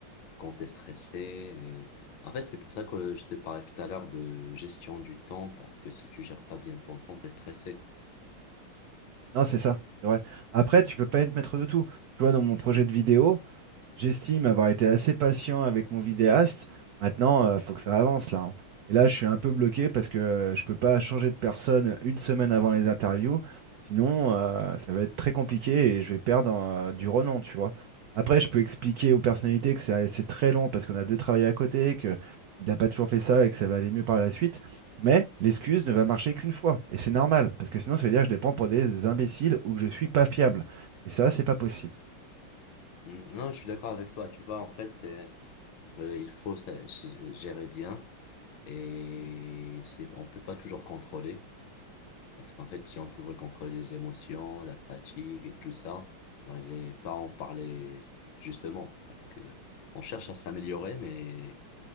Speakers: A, on the left; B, on the right.
A: quand t'es stressé. Et... En fait, c'est pour ça que je te parlais tout à l'heure de gestion du temps, parce que si tu gères pas bien ton temps, t'es stressé.
B: Non, c'est ça, c'est vrai. Après, tu peux pas être maître de tout. Tu vois, dans mon projet de vidéo, J'estime avoir été assez patient avec mon vidéaste. Maintenant, il faut que ça avance là. hein. Et là, je suis un peu bloqué parce que euh, je peux pas changer de personne une semaine avant les interviews. Sinon, euh, ça va être très compliqué et je vais perdre euh, du renom, tu vois. Après, je peux expliquer aux personnalités que c'est c'est très long parce qu'on a deux travails à côté, que il n'a pas toujours fait ça et que ça va aller mieux par la suite. Mais l'excuse ne va marcher qu'une fois. Et c'est normal, parce que sinon, ça veut dire que je les prends pour des imbéciles ou que je suis pas fiable. Et ça, c'est pas possible.
A: Mm, Non, je suis d'accord avec toi. Tu vois, en fait, euh, euh, il faut ça g- gérer bien et c'est, on peut pas toujours contrôler, parce qu'en fait, si on pouvait contrôler les émotions, la fatigue et tout ça, on n'allait pas en parler justement, parce que on cherche à s'améliorer, mais